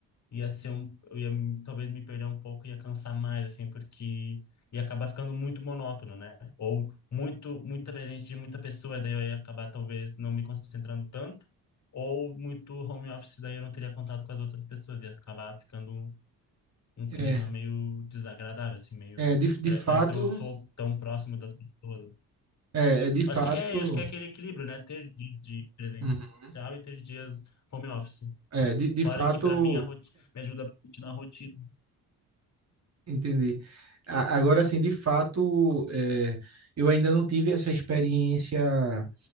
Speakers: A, on the left; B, on the right.
A: ia ser um, eu ia me- talvez me perder um pouco, ia cansar mais, assim, porque ia acabar ficando muito monótono, né? Ou muito, muita presença de muita pessoa, daí eu ia acabar talvez não me concentrando tanto. Ou muito home office, daí eu não teria contato com as outras pessoas, ia acabar ficando um
B: É,
A: clima meio desagradável, assim, meio.
B: é de, de
A: pare-
B: fato,
A: Parece que eu não sou tão próximo das pessoas.
B: é, é de fato,
A: Acho que é, acho que é aquele equilíbrio, né? Ter dias de presencial
B: uhum,
A: e ter dias home office.
B: é, de, de
A: Fora
B: fato,
A: que para mim a roti- me ajuda bastante na rotina
B: entendi. A- Agora, assim, de fato, é, eu ainda não tive essa experiência